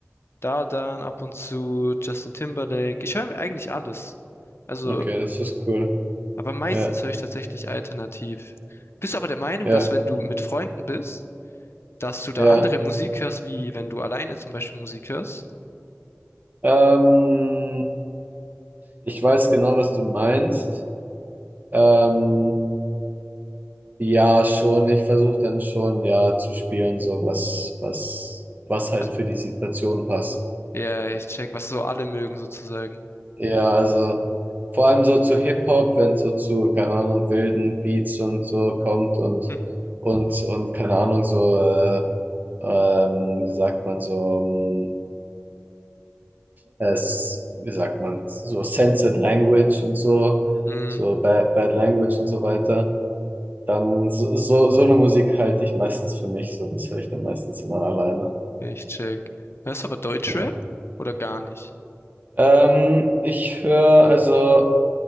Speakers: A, on the left; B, on the right.
A: Dadan ab und zu, Justin Timberlake. Ich höre eigentlich alles. Also
B: Okay, das ist cool.
A: Aber meistens
B: Ja,
A: höre ich tatsächlich alternativ. Bist du aber der Meinung,
B: ja,
A: dass wenn du mit Freunden bist, dass du da
B: ja.
A: andere Musik hörst, wie wenn du alleine zum Beispiel Musik hörst?
B: Ähm, ich weiß genau, was du meinst. Ähm, ja, schon. Ich versuche dann schon, ja, zu spielen, so was, was, was halt
A: Was-
B: für die Situation passt.
A: Ja, ich check, was so alle mögen sozusagen.
B: Ja, also vor allem so zu Hip-Hop, wenn es so zu, keine Ahnung, wilden Beats und so kommt und,
A: Hm.
B: und, und keine Ahnung, so, äh, ähm, wie sagt man, so, ähm, es, wie sagt man, so censored Language und so,
A: Hm,
B: so Bad, Bad Language und so weiter, dann so, so, so eine Musik halte ich meistens für mich, so, das höre ich dann meistens immer alleine.
A: ich check. Hörst du aber Deutschrap
B: Ja.
A: oder gar nicht?
B: Ähm, ich höre also.